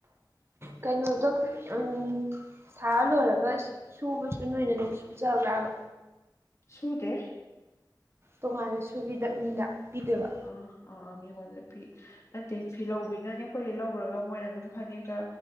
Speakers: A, on the right; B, on the left.
A: ꯀꯩꯅꯣꯗꯣ ꯎꯝ ꯁꯥ ꯂꯣꯏꯔꯒ ꯁꯨꯕꯁꯨ ꯅꯣꯏꯅ ꯑꯗꯨꯝ ꯁꯨꯖꯕ꯭ꯔꯥꯕ
B: ꯁꯨꯗꯦ
A: ꯇꯣꯉꯥꯟꯅ ꯁꯨꯕꯤꯗ ꯃꯤꯗ ꯄꯤꯗꯣꯏꯕ
B: ꯑ ꯑ ꯃꯤꯉꯣꯟꯗ ꯄꯤ ꯅꯠꯇꯦ ꯐꯤꯂꯧꯕꯤꯅꯅꯦ ꯑꯩꯈꯣꯏꯗꯩ ꯂꯧꯈ꯭ꯔꯒ ꯃꯣꯏꯅ ꯑꯗꯨꯝ ꯐꯅꯦꯛꯀ